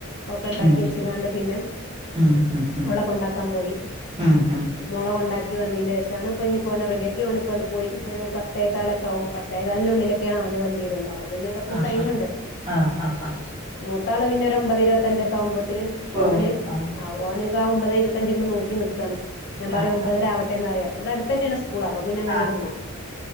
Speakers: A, on the left (about 60°); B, on the right (about 30°).
A: ഒക്കെ ഉണ്ടാക്കി
B: ഉം
A: ച്ച് ങ്ങാണ്ട് പിന്നെ
B: ഉം ഉം ഉം
A: അവളെ കൊണ്ടാക്കാപോയി
B: ഉം ഉം
A: മോളെ കൊണ്ടാക്കി വന്നീന്റെ ഷാണ് ഇഞ്ഞിപ്പോനെ റെഡിയാക്കി ഓന ഇപ്പണ് പോയി ഒരു പത്തേക്കാലൊക്കെ ആവും പത്തേ കാലിന്റെ ഉള്ളിലൊക്കെ ഓന്റെ വണ്ടി വരുള്ളൂ അപ്പൊ കൊറച്
B: ആഹാ
A: ടൈം ഇണ്ട്
B: ആഹ് ആഹ്
A: മൂത്താള് പിന്നെ ഒമ്പത് ഇരുവ ത്തഞ്ചൊക്കെ ആവു മ്പോത്തിന്
B: ഓ
A: മോന്
B: ആഹ്
A: ആവും ഓന് ഒമ്പത് ഇരുത്തഞ്ചിങ്ങണ്ട് നോക്കി നിക്കാണ് ഞാൻ പറിയ
B: ആഹ്
A: ഒമ്പതര ആവട്ടെന്നറിയ അപ്പ ഇവിടെ അടുത്ത തന്നെണ് സ്കൂൾ സ്കൂൾഅപ്പ പിന്നെ അങ്ങനെണ്ട്
B: ആഹ്
A: പോവും